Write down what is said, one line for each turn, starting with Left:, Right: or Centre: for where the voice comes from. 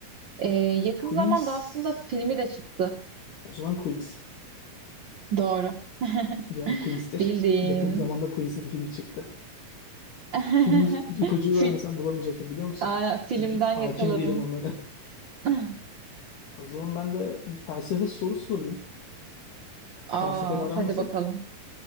Right: Ee, yakın
Left: Queens.
Right: zamanda aslında filmi de çıktı.
Left: O zaman Queens.
Right: Doğru. <laughs>
Left: Cevap Queens'tir.
Right: Bildin.
Left: <laughs> Yakın zamanda Queens'in filmi çıktı.
Right: <laughs>
Left: Film ipucu
Right: Fil
Left: vermesen bulamayacaktım biliyor musun?
Right: Aa, filmden
Left: Çünkü hakim
Right: yakaladın.
Left: değilim onlara. <laughs>
Right: <laughs>
Left: O zaman ben de bir felsefe sorusu sorayım.
Right: Aa,
Left: Felsefeyle aran
Right: hadi
Left: nasıl?
Right: bakalım.